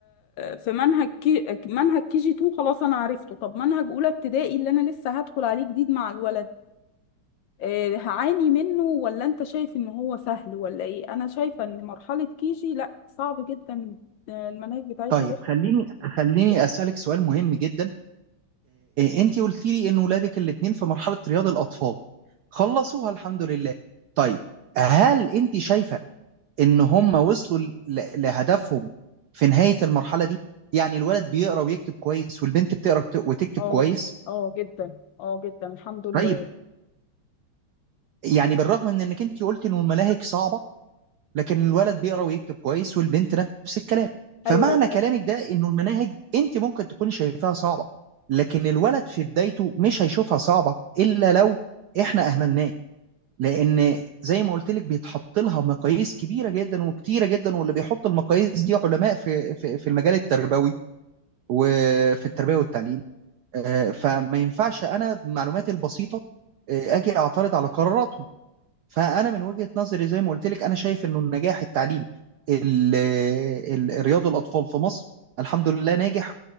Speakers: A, on the left; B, on the right.
A: في منهج كي منهج كي جي 2 خلاص انا عرفته طب منهج اولى ابتدائي اللي انا لسه هدخل عليه جديد مع الولد آه، هعاني منه ولا انت شايف ان هو سهل ولا ايه انا شايفه ان مرحله كي جي لا صعب جدا آه، المناهج بتاعتها
B: طيب
A: رخمه
B: خليني خليني اسالك سؤال مهم جدا انت قلتي لي ان ولادك الاثنين في مرحله رياض الاطفال خلصوها الحمد لله طيب هل انت شايفه ان هم وصلوا ل- لهدفهم في نهايه المرحله دي يعني الولد بيقرا ويكتب كويس والبنت بتقرا وت- وتكتب
A: اه
B: كويس
A: اه جدا اه جدا الحمد لله
B: طيب يعني بالرغم من انك انت قلت ان الملاهج صعبه لكن الولد بيقرا ويكتب كويس والبنت نفس الكلام فمعنى
A: ايوه بس
B: كلامك ده انه المناهج انت ممكن تكوني شايفاها صعبه لكن الولد في بدايته مش هيشوفها صعبه الا لو احنا اهملناه لان زي ما قلت لك بيتحط لها مقاييس كبيره جدا وكتيره جدا واللي بيحط المقاييس دي علماء في في في المجال التربوي وفي التربيه والتعليم آه، فما ينفعش انا بمعلوماتي البسيطه آه، اجي اعترض على قرارات فانا من وجهة نظري زي ما قلت لك انا شايف انه النجاح التعليم ال- ال- رياض الاطفال في مصر الحمد لله ناجح